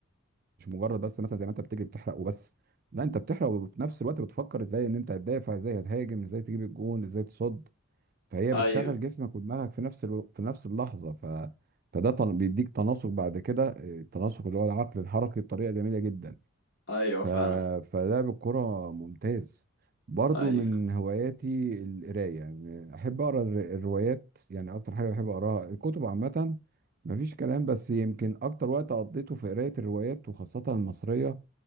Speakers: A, on the right; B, on the left.
A: مش مجرد بس مثلا زي ما انت بتجري بتحرق وبس لا انت بتحرق وفي نفس الوقت بتفكر ازاي ان انت هتدافع ازاي هتهاجم ازاي تجيب الجون ازاي تصد فهي
B: أيوه
A: بتشغل جسمك ودماغك في نفس الو... في نفس اللحظه ف... فده طل... بيديك تناسق بعد كده اه، التناسق اللي هو العقل الحركي بطريقه جميله جدا
B: أيوه
A: ف...
B: فعلا
A: فلعب الكرة ممتاز برضو
B: أيوه
A: من هواياتي القراية يعني أحب أقرأ الر- الروايات يعني أكتر حاجة بحب أقرأها الكتب عامة مفيش كلام بس يمكن أكتر وقت قضيته في قراية الروايات وخاصة المصرية